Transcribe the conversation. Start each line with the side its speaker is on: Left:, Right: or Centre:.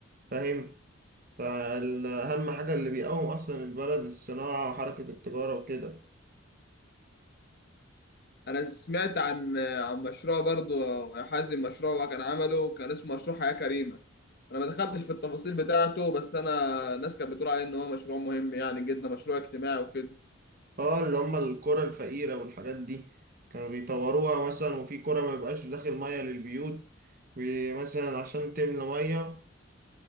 Right: فاهم فأهم حاجة اللي بيقوم أصلا البلد الصناعة وحركة التجارة وكده
Left: انا سمعت عن عن مشروع برضو يا حازم مشروع كان عمله كان اسمه مشروع حياة كريمة انا ما دخلتش في التفاصيل بتاعته بس انا الناس كانت بتقول عليه ان هو مشروع مهم يعني جدا مشروع اجتماعي وكده
Right: اه اللي هم القرى الفقيرة والحاجات دي كانوا بيطوروها مثلا وفي قرى ما يبقاش داخل مية للبيوت بي- مثلا عشان تملى مية